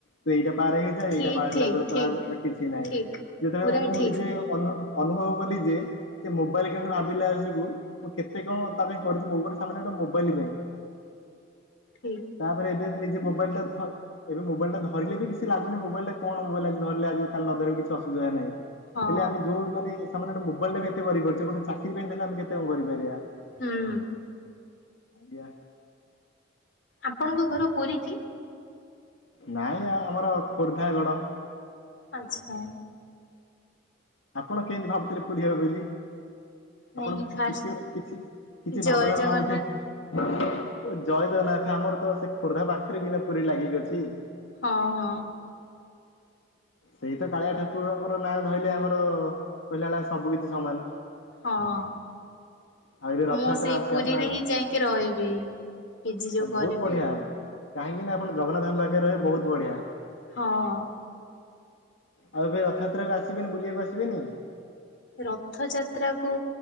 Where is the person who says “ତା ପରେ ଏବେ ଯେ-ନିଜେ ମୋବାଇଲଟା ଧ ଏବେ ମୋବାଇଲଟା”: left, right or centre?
Left